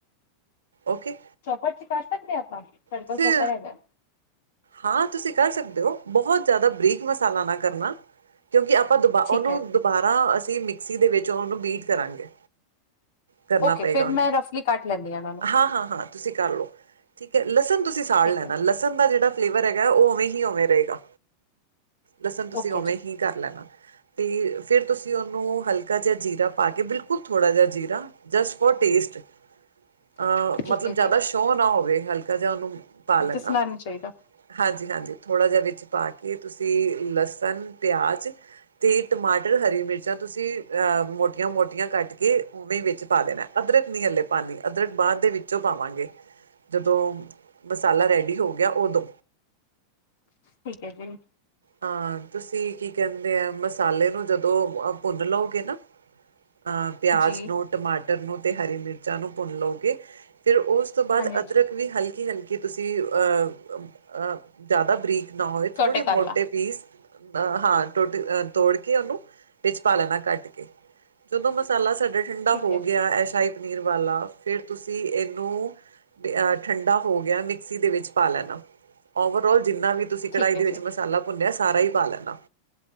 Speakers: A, on the right; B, on the left.
A: ਓਕੇ।
B: ਚੋਪਰ ਚ ਪਾ ਸਕਦੇ ਆਪਾਂ ਮੇਰੇ ਕੋਲ
A: ਤੁਸੀਂ
B: ਚੋਪਰ ਹੈਗਾ।
A: ਹਾਂ ਤੁਸੀਂ ਕਰ ਸਕਦੇ ਹੋ, ਬਹੁਤ ਜ਼ਿਆਦਾ ਬਰੀਕ ਮਸਾਲਾ ਨਾ ਕਰਨਾ। ਕਿਉਂਕਿ ਆਪਾਂ ਦੁਬਾ ਉਹਨੂੰ
B: ਠੀਕ ਹੈ।
A: ਦੁਬਾਰਾ ਅਸੀਂ ਮਿਕਸੀ ਦੇ ਵਿੱਚ ਉਹਨੂੰ ਬੀਟ ਕਰਾਂਗੇ। ਕਰਨਾ
B: ਓਕੇ
A: ਪਏਗਾ
B: ਫੇਰ
A: ਉਹਨੂੰ।
B: ਮੈਂ ਰਫਲੀ ਕੱਟ ਲੈਂਦੀ ਉਹਨਾਂ ਨੂੰ
A: ਹਾਂ ਹਾਂ ਹਾਂ। ਤੁਸੀਂ ਕਰ ਲਓ ਠੀਕ ਹੈ ਲਸਣ ਤੁਸੀਂ ਸਾੜ
B: ਠੀਕ
A: ਲੈਣਾ
B: ਹੈ
A: ਲਸਣ ਦਾ ਜਿਹੜਾ। ਫਲੇਵਰ ਹੈਗਾ ਉਹ ਓਵੇਂ ਹੀ ਓਵੇਂ ਰਹੇਗਾ ਲਸਣ ਤੁਸੀਂ
B: ਓਕੇ
A: ਉਵੇਂ
B: ਜੀ
A: ਹੀ ਕਰ ਲੈਣਾ। ਅਤੇ, ਫਿਰ ਤੁਸੀਂ ਉਹਨੂੰ ਹਲਕਾ ਜਿਹਾ ਜੀਰਾ ਪਾ ਕੇ ਬਿਲਕੁਲ ਥੋੜ੍ਹਾ ਜਿਹਾ ਜੀਰਾ। Just for taste. ਅਹ
B: ਠੀਕ
A: ਮਤਲਬ
B: ਹੈ
A: ਜਿਆਦਾ
B: ਜੀ
A: ਸ਼ੋ ਨਾ ਹੋਵੇ ਹਲਕਾ ਜਿਹਾ ਉਹਨੂੰ ਪਾ ਲੈਣਾ।
B: ਦੱਸਣਾ ਚਾਹੀਦਾ।
A: ਹਾਂਜੀ, ਹਾਂਜੀ ਥੋੜ੍ਹਾ ਜਿਹਾ ਵਿੱਚ ਪਾ ਕੇ ਤੁਸੀਂ ਲਸਣ ਪਿਆਜ਼। ਤੇ ਟਮਾਟਰ ਹਰੀ ਮਿਰਚਾਂ ਤੁਸੀਂ ਅਹ ਮੋਟੀਆਂ ਮੋਟੀਆਂ ਕੱਟ ਕੇ। ਉਵੇਂ ਵਿੱਚ ਪਾ ਦੇਣਾ ਏ ਅਦਰਕ ਨਹੀਂ ਹੱਲੇ ਪਾਣੀ ਅਦਰਕ ਬਾਅਦ ਦੇ ਵਿੱਚੋਂ ਪਾਵਾਂਗੇ। ਜਦੋਂ, ਮਸਾਲਾ ਰੈਡੀ ਹੋ ਗਿਆ ਉਦੋਂ।
B: ਠੀਕ ਏ ਜੀ।
A: ਅਹਾਂ ਤੁਸੀਂ ਕੀ ਕਹਿੰਦੇ ਆ, ਮਸਾਲੇ ਨੂੰ ਜਦੋਂ ਅ ਭੁੰਨ ਲਓਗੇ ਨਾ। ਅਹ ਪਿਆਜ
B: ਜੀ
A: ਨੂੰ, ਟਮਾਟਰ ਨੂੰ, ਤੇ ਹਰੀ ਮਿਰਚਾਂ ਨੂੰ ਭੁੰਨ ਲਓਗੇ। ਫਿਰ, ਉਸ ਉਸ ਤੋਂ ਬਾਅਦ
B: ਹਾਂਜੀ ਹਾਂਜੀ
A: ਅਦਰਕ ਵੀ ਹਲਕੀ ਹਲਕੀ ਤੁਸੀਂ ਅ ਜ਼ਿਆਦਾ ਬਰੀਕ। ਨਾ ਹੋਏ
B: ਸੋਟੇ
A: ਥੋੜੇ
B: ਕਰ
A: ਮੋਟੇ।
B: ਲਾ
A: ਪੀਸ, ਅਹਾਂ ਟੁੱਟ ਅ ਤੋੜ ਕੇ ਉਹਨੂੰ ਵਿੱਚ ਪਾ ਲੈਣਾ ਕੱਟ ਕੇ। ਜਦੋਂ ਮਸਾਲਾ ਸਾਡਾ ਠੰਡਾ
B: ਠੀਕ
A: ਹੋ
B: ਹੈ,
A: ਗਿਆ ਐਸਾ ਹੀ ਪਨੀਰ ਵਾਲਾ ਫਿਰ ਤੁਸੀਂ ਇਹਨੂੰ। ਤੇ ਅਹ ਠੰਡਾ ਹੋ ਗਿਆ, ਮਿਕਸੀ ਦੇ ਵਿੱਚ ਪਾ ਲੈਣਾ। ਓਵਰਆਲ ਜਿੰਨਾ ਵੀ ਤੁਸੀਂ ਕੜਾਹੀ
B: ਠੀਕ ਹੈ
A: ਦੇ ਵਿੱਚ
B: ਜੀ
A: ਮਸਾਲਾ ਭੁੰਨਿਆ, ਸਾਰਾ ਹੀ ਪਾ ਲੈਣਾ।